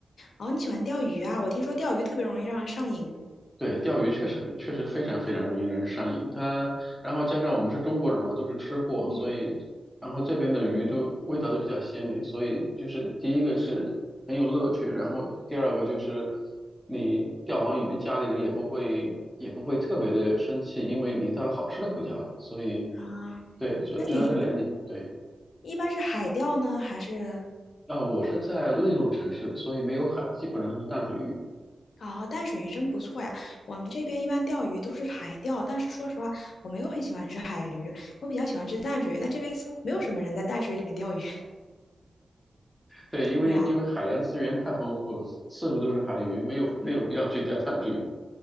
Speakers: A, on the left (about 75°); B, in the centre.
A: 哦，你喜欢钓鱼啊？我听说钓鱼特别容易让人上瘾。
B: 对，钓鱼确实很确实非常非常容易让人上瘾。它，然后加上我们是中国人嘛，都是吃货，
A: 嗯
B: 所以，然后这边的鱼都味道都比较鲜美，所以就是第一个是很有乐趣，然后第二个就是你钓完鱼，家里人也不会也不会特别的生气，因为你带了好吃的回家了。所以，
A: 啊，
B: 对，主主要是两点，
A: 那你
B: 对。
A: 一般是海钓呢，还是
B: 啊，我是在内陆城市，所以没有海，基本上都是淡水鱼。
A: 哦，淡水鱼真不错呀。我们这边一般钓鱼都是海钓，但是说实话，我没有很喜欢吃海鱼，我比较喜欢吃淡水鱼。但这边似乎没有什么人在淡水里面钓鱼。<laughs>
B: 对，因为因为海洋资源太丰富了，
A: 对啊，
B: 四处都是海鱼，没有没有必要去钓淡水鱼。